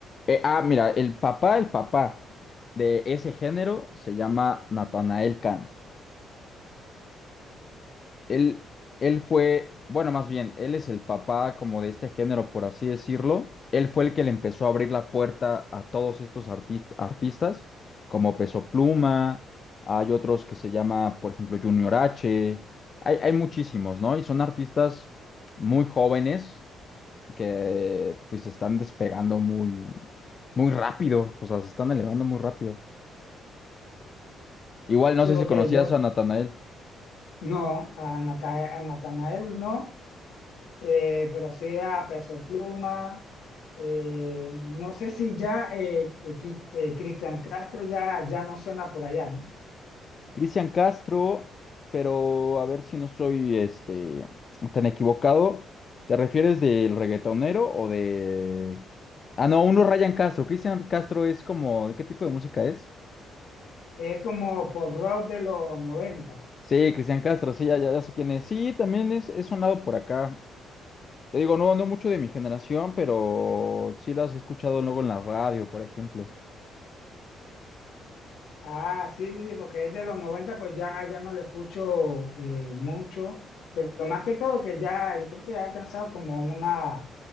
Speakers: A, on the left; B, on the left.
A: Eh, ah, mira, el papá, el papá de ese género se llama Natanael Cano. Él, él fue, bueno, más bien, él es el papá como de este género, por así decirlo. Él fue el que le empezó a abrir la puerta a todos estos artis- artistas, como Peso Pluma, hay otros que se llama, por ejemplo, Junior H, hay, hay muchísimos, ¿no? Y son artistas muy jóvenes que pues se están despegando muy, muy rápido, o sea, se están elevando muy rápido. Igual no
B: Sí,
A: sé
B: porque
A: si conocías
B: yo
A: a Natanael.
B: no, a Nata- a Natanael no, eh, pero sí a Peso Pluma, Eh, no sé si ya eh, eh, Quis- eh, Cristian Castro ya, ya no suena por allá, ¿no?
A: Cristian Castro, pero a ver si no estoy este, tan equivocado. ¿Te refieres del reggaetonero o de... Ah, no, uno es Ryan Castro. Cristian Castro es como... ¿De qué tipo de música es?
B: Es como pop rock de los noventa
A: Sí, Cristian Castro, sí, ya, ya, ya sé quién es. Sí, también es, es sonado por acá. Te digo, no, no mucho de mi generación, pero sí las he escuchado luego en la radio, por ejemplo.
B: Ah, sí, sí, sí, porque es de los noventa pues ya, ya no lo escucho eh, mucho. Pero más que todo que ya, yo creo que ya ha alcanzado como una,